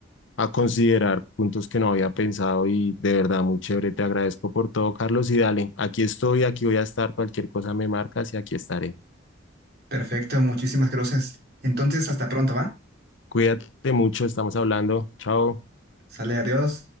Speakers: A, on the left; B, on the right.
A: a considerar, puntos que no había pensado y de verdad muy chévere, te agradezco por todo, Carlos, y dale, aquí estoy, aquí voy a estar, cualquier cosa me marcas y aquí estaré.
B: Perfecto, muchísimas gracias. Entonces, hasta pronto, ¿va?
A: Cuídate mucho, estamos hablando, chao.
B: Sale, adiós.